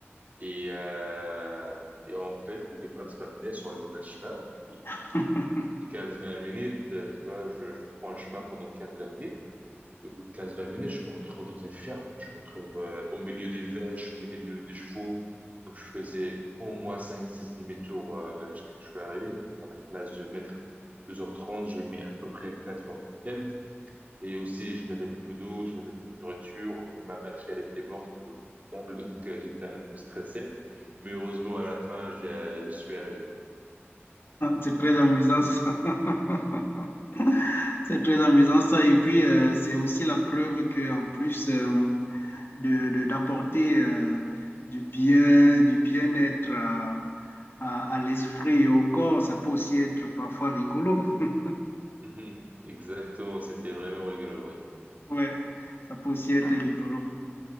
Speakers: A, on the right (about 35°); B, on the left (about 55°).
A: Et, euh, et en fait, Google Maps m'a mené sur le mauvais chemin. Et
B: <laughs>
A: au bout 15-20 minutes, euh, tu vois, je, je prends le chemin pendant 15-20 minutes. Et au bout de 15-20 minutes, je me retrouve dans une ferme. Je me retrouve euh, au milieu des vaches, au milieu de- des chevaux. Donc, je faisais au moins 5-6 demi-tours euh, jusqu'à ce que je sois arrivé. Donc, à la place de mettre 2h30, j'ai mis à peu près 4 heures quelques. Et aussi, je n'avais plus d'eau, je n'avais plus de nourriture. Ma batterie, elle était morte au câble. <laughs> Donc, euh, j'étais un peu stressé. Mais heureusement, à la fin, je, je suis arrivé.
B: c'est très amusant ça. <laughs> C'est très amusant ça. Et puis, euh, c'est aussi la preuve que en plus, euh, de, de- d'apporter euh, du bien, du bien-être à, à- à l'esprit et au corps. Ça peut aussi être parfois rigolo. <laughs>
A: Mhm. Exactement, c'était vraiment rigolo, oui.
B: Ouais, ça peut aussi être rigolo.